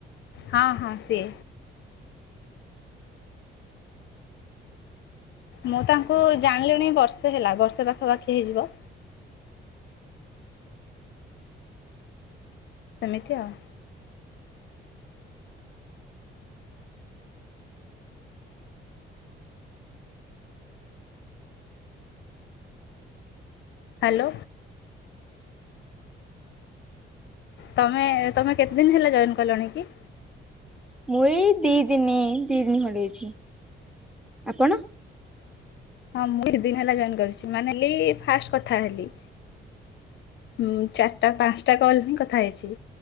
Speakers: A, on the left; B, in the centre.
A: ହଁ ହଁ ସିଏ।
B: ଆ <unintelligible>
A: ମୁଁ ତାଙ୍କୁ ଜାଣିଲିଣି ବର୍ଷେ ହେଲା ବର୍ଷେ ପାଖାପାଖି ହେଇଯିବ। ସେମିତିଆ ଆଉ। ହ୍ୟାଲୋ ତମେ ତମେ କେତେ ଦିନ ହେଲା ଜଏନ କଲଣି କି?
B: ମୁଁ ଏଇ ଦି ଦିନ ଦି ଦିନ ହଇଛି। ଆପଣ?
A: ହଁ ମୁଁ ଦଇ ଦିନ ହେଲା ଜଏନ୍ କରିଛି ମାନେ ହେ ଫାଷ୍ଟ କଥା ହେଲି। ହୁଁ ଚାରିଟା ପାଞ୍ଚଟା କଲ ହିଁ କଥା ହେଇଛି।